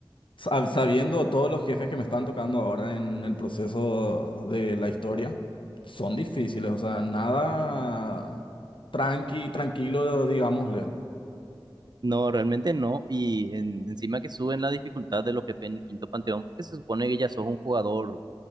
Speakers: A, on the left; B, on the right.
A: sab- sabiendo todos los jefes que me están tocando ahora en el proceso de la historia, son difíciles, o sea, nada tranqui, tranquilo, digámosle.
B: No, realmente no. Y en- encima que suben la dificultad de los jefes en el quinto panteón, porque se supone que ya sos un jugador